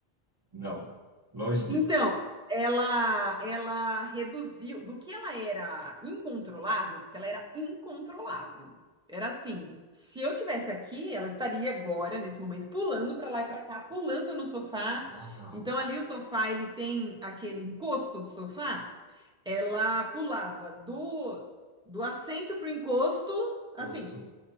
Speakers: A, on the right (about 20°); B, in the centre.
A: não. Longe disso.
B: Então, ela ela reduziu do que ela era incontrolável, porque ela era incontrolável. Era assim, se eu tivesse aqui, ela estaria agora nesse momento pulando para lá e para cá, pulando no sofá.
A: Uau.
B: Então ali o sofá, ele tem aquele encosto do sofá, ela pulava do do assento pro encosto, assim,
A: Gosto.